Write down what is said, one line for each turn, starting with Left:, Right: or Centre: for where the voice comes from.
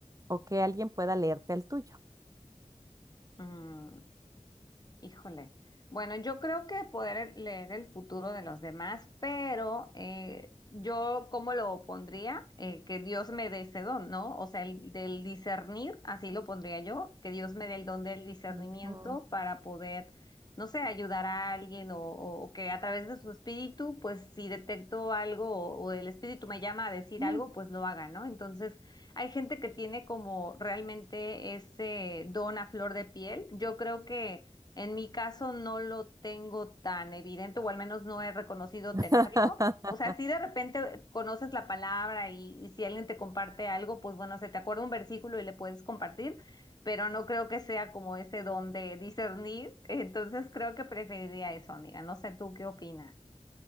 Right: o que alguien pueda leerte el tuyo?
Left: Mm, Híjole. Bueno, yo creo que poder leer el futuro de los demás, pero eh, yo, ¿cómo lo pondría? Eh, que Dios me dé ese don, ¿no? O sea, el del discernir, así lo pondría yo, que Dios me dé el don del discernimiento
Right: Ujú.
Left: para poder, no sé, ayudar a alguien o, o- o que a través de su espíritu, pues si detecto algo o, o el espíritu me llama a decir
Right: Mm.
Left: algo, pues lo haga, ¿no? Entonces, hay gente que tiene como realmente ese don a flor de piel. Yo creo que... En mi caso no lo tengo tan evidente, o al menos no he reconocido
Right: <laughs>
Left: tenerlo. O sea, si de repente conoces la palabra y, y si alguien te comparte algo, pues bueno, se te acuerda un versículo y le puedes compartir, pero no creo que sea como ese don de discernir. <laughs> Entonces creo que preferiría eso, amiga. No sé tú qué opinas.